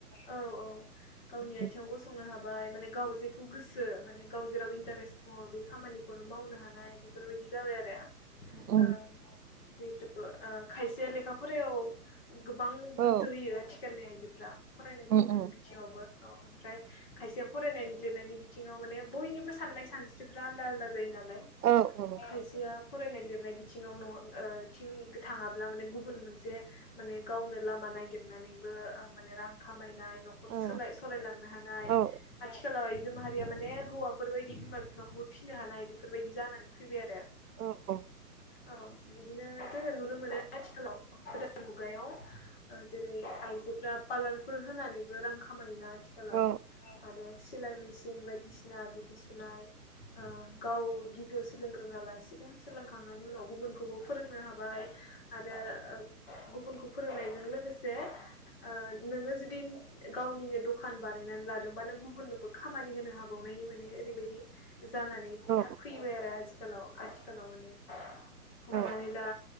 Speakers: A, on the left; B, on the right.
A: औ -औ- औ गावनि
B: उम
A: आयथिंआव गसंनो हाबा बाय माने गाव जेखौ गोसो माने गाव जेराव इन्टारेस दङ बे खामानिखौनो मावनो हानाय बेफोरबायदि जाबाय आरो
B: औ - औ
A: ओं जिहेथु ओ खायसेया लेखा फरायाव गोबां
B: औ
A: गोसो होयो आरोखि गेलनि आइजोफोरा फरायनाय लिरनाय
B: उम उम
A: बिथिङावबो औ ओमफ्राय खायसेया फरायनायनि लिरनायनि बिथिङाव माने बयनिबो साननाय सानस्रिफ्रा आलदा आलदा जायोनालाय
B: औ औ
A: खायसेया फरायनाय लिरनाय बिथिंआव ओ इथिं थाङाब्ला माने गुबुन मोनसे माने गावनो लामा नागिरनानै नानैबो ओ माने रां खामायनाय नखर
B: औ
A: सालाययनो हानाय
B: औ
A: आथिखालाव जों माहारिया माने हौवाफोरबायायदि बिमा- बिफाखौबो फिसिनो हानाय बेफोरबायदि जानानै फैबाय आरो
B: औ औ
A: औ बिदिनो जोङो नुनो मोनो आथिखालाव गोदान मुगायाव जेरै आइजोफोरा पार्लारफोर होनानैबो रां खामाय ना आथिखालाव
B: औ
A: आरो सिलाय मेसिन बायदिसिना बिदि सुनाय गाव गिबियाव सोलोंग्रोना लासिगोन सोलोंखांनायनि उनाव गुबुनखौबो फोरोंनो हाबाय आरो गुबुनखौ फोरोंनायजों लोगोसे लोगोसे ओ नोङो जुदि गावनिनो दखान बानायनानै लादोंबा नों गुबुननोबो खामानि होनो हाबावनाय माने ओरैबायदि जानानै
B: औ
A: था फैबाय आरो आथिखालाव आथिखालाव माने हमनानै
B: औ
A: ला